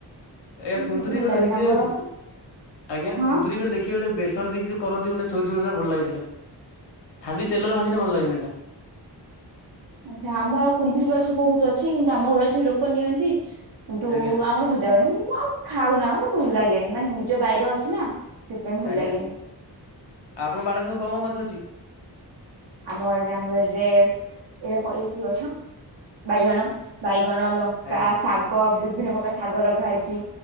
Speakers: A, on the left; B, on the right.
A: ଆଜ୍ଞା ଗୋଟେ
B: ମତେ ଭଲ
A: କୋଉଠେ
B: ଲାଗେନି
A: ଦେଖିଥିବେ
B: ଆମର
A: ଆଜ୍ଞା
B: ହଁ
A: କୁନ୍ଦୁରୀ ଗୋଟେ ଦେଖି କି ଏ ଗୋଟେ ବେସର ଦେଇକି ଯୋଉ କରନ୍ତି ଗୋଟେ ସୋରିଷେକସା ଭଲଲାଗେ ସେଟା ଖାଲି ତେଲରେ ଭାଜିଲେ ଭଲଲାଗେନି ଏଇଟା।
B: ଆଚ୍ଛା ଆମର କୁନ୍ଦିରି ଗଛ ବହୁତୁ ଅଛି କିନ୍ତୁ ଆମ ଘରୁ ଆସିକି ଲୋକ ନିଅନ୍ତି କିନ୍ତୁ
A: ଆଜ୍ଞା
B: ଆମର ଭ ଜା ହୁଏନି ମୁଁ ଆଉ ଖାଉନା ମାନେ ଭଲ ଲାଗେନି ମାନେ ନିଜ ବାଇରେ ଅଛି ନା। ସେଥିପାଇଁ ଭଲ
A: ଆଜ୍ଞା
B: ଲାଗେନି
A: ଆଉ ଆପଣଙ୍କ ବାଡ଼ରେ ସବୁ କଣ କଣ ଗଛ ଅଛି?
B: ଆମ ବାରିରେ ଆମ ବାରିରେ ଏରା କ ଏରା କି ଗଛ ବାଇଗଣ ବାଇଗଣ ଲ
A: ଆଜ୍ଞା
B: କା ଶାଗ ବିଭିନ୍ନ ପ୍ରକାର ଶାଗ ଲଗା ହେଇଛି